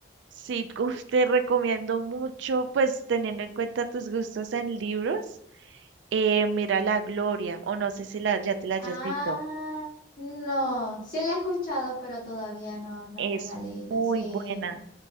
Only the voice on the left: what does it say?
Ah,
no, sí la he escuchado, pero todavía no, no
me la he leído.
Sí.